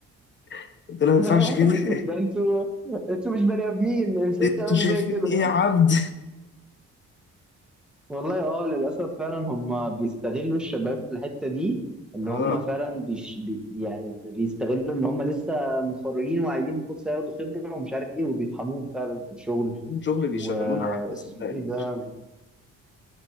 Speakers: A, on the left (about 40°); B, in the centre.
A: <laughs> قلت لها ما ينفعش
B: <laughs>
A: كده <laughs>
B: ده انتوا انتوا مش بني ادمين ازاي
A: انتوا
B: تعملوا
A: شايفيني
B: فيا كده
A: ايه يا عبد
B: والله اه للاسف فعلا هم بيستغلوا الشباب في الحته دي ان
A: اه
B: هم فعلا بيش بي يعني بيستغلوا ان هم لسه متخرجين وعايزين فرصه ياخدوا خبره ومش عارف ايه وبيطحنوهم فعلا في الشغل
A: شغل بيشغلونا
B: واسمه
A: عبد صدقني
B: ايه ده
A: بيشغلونا